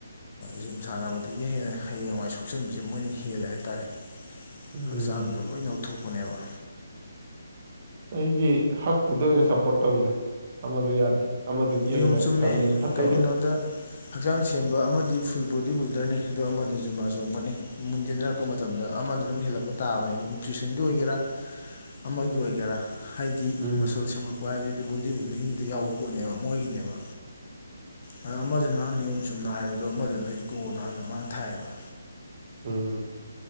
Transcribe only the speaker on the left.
ꯖꯤꯝ ꯁꯥꯟꯅꯕꯗꯒꯤ ꯍꯦꯟꯅ ꯍꯌꯦꯡꯋꯥꯏ ꯁꯣꯛꯆꯟꯕꯁꯦ ꯃꯣꯏꯅ ꯍꯦꯜꯂꯦ ꯍꯥꯏꯇꯥꯔꯦ
ꯍꯛꯆꯥꯡꯗꯣ ꯂꯣꯏꯅ ꯂꯧꯊꯣꯛꯄꯅꯦꯕ
ꯅꯤꯌꯣꯝ
ꯆꯨꯝꯃꯦ
ꯀꯩꯒꯤꯅꯣꯗ ꯍꯛꯆꯥꯡ ꯁꯦꯝꯕ ꯑꯃꯗꯤ ꯐꯨꯜ ꯕꯣꯗꯤ ꯕꯤꯜꯗꯔꯅꯤ ꯑꯗꯨ ꯑꯃꯗꯨꯅ ꯖꯨꯃꯥ ꯆꯣꯡꯕꯅꯤ ꯃꯨꯟꯗ ꯃꯇꯝꯗ ꯑꯃꯗꯨꯅ ꯑꯗꯨꯝ ꯍꯦꯜꯂꯛꯄ ꯇꯥꯕꯅꯤ ꯅ꯭ꯌꯨꯇ꯭ꯔꯤꯁꯟꯒꯤ ꯑꯣꯏꯒꯦꯔꯥ ꯑꯃꯒꯤ ꯑꯣꯏꯒꯦꯔꯥ ꯍꯥꯏꯗꯤ
ꯃꯁꯜ ꯁꯦꯝꯃꯛꯄ ꯍꯥꯏꯕꯁꯤꯗꯤ ꯕꯣꯗꯤ ꯕꯤꯜꯗꯤꯡꯗ ꯌꯥꯎꯕ ꯄꯣꯠꯅꯦꯕ ꯃꯣꯏꯒꯤꯅꯦꯕ ꯑ ꯑꯃꯗꯨꯅꯥ ꯅꯍꯥꯟ ꯅꯤꯌꯣꯝ ꯆꯨꯨꯝꯅ ꯍꯥꯏꯕꯗꯣ ꯑꯃꯗꯨꯅ ꯏꯒꯣꯅ ꯍꯥꯟꯅ ꯃꯥꯡ ꯊꯥꯏꯌꯦꯕ